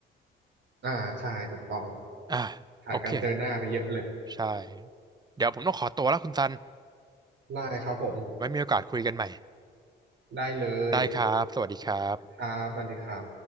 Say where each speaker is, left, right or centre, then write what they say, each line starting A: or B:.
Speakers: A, on the right (about 65°); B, on the right (about 20°).
A: อ่าใช่ถูกต้อง
B: อ่า
A: ขาดการเจอหน้าไปเยอะเลย
B: โอเค ใช่เดี๋ยวผมต้องขอตัวแล้วคุณซัน
A: ได้ครับผม
B: ไว้มีโอกาสคุยกันใหม่
A: ได้เลย
B: ได้ครับสวัสดีครับ
A: ครับสวัสดีครับ